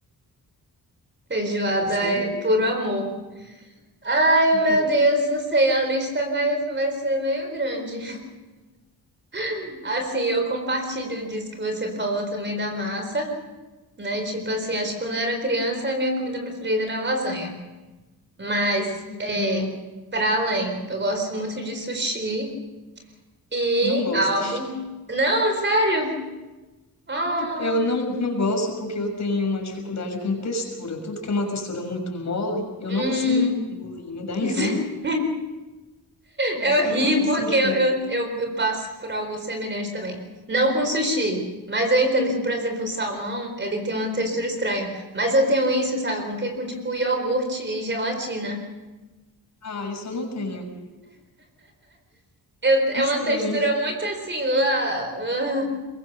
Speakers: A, on the right (about 30°); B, on the left (about 50°).
A: feijoada
B: E você?
A: é puro amor. Ai,
B: <laughs>
A: meu Deus, não sei, a lista vai, vai ser meio grande. <laughs> Assim, eu compartilho disso que você falou também da massa, né? Tipo assim, acho que quando eu era criança, a minha comida preferida era lasanha. Mas
B: Hum,
A: é para além. Eu gosto muito de sushi e
B: não gosto.
A: algo. Não, sério? Ah,
B: Eu não, não gosto porque eu tenho uma dificuldade com textura. Tudo que é uma textura muito mole, eu
A: hum.
B: não consigo engolir, me dá enjoo.
A: <laughs>
B: Por
A: Eu
B: isso que
A: ri
B: eu não gosto de
A: porque
B: sushi.
A: eu, eu, eu, eu passo por algo semelhante também. Não com sushi, mas eu entendo que, por exemplo, o salmão, ele tem uma textura estranha. Mas eu tenho isso, sabe, com o quê? Com tipo iogurte e gelatina.
B: Ah, isso eu não tenho.
A: Eu- é
B: Estranho.
A: uma textura muito assim. ah, ah.